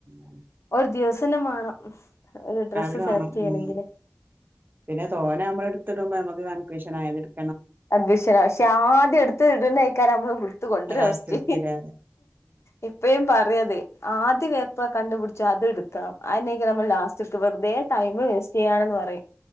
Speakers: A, on the right (about 40°); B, on the left (about 55°).
A: അതെ.
B: ഒരു ദിവസന്ന വേണം ഒരു ഡ്രസ്സ്
A: അത് വേണം
B: സെലക്ട് ചെയ്യണമെങ്കില്
A: ഉം പിന്നെ തോനെ നമ്മളെടുത്തിടുമ്പോ നമുക്ക് കൺഫ്യൂഷൻ ആയതിടും
B: കൺഫ്യൂഷന പക്ഷെ ആദ്യം എടുത്ത് ഇടുന്ന അയ്ക്കാരം നമ്മള് എടുത്തു കൊണ്ടരാ
A: ലാസ്റ്റ്
B: ഫസ്റ്റ്
A: എടുക്കില്ലേ
B: എപ്പഴും പറയത് ആദ്യ കേപ്പ കണ്ടുപിടിച്ചാ അത് എടുക്കണം അതിനക്ക നമ്മൾ ലാസ്റ്റടുക്കും വെറുതെ ടൈം വേസ്റ്റ് ചെയ്യാണന്ന് പറയും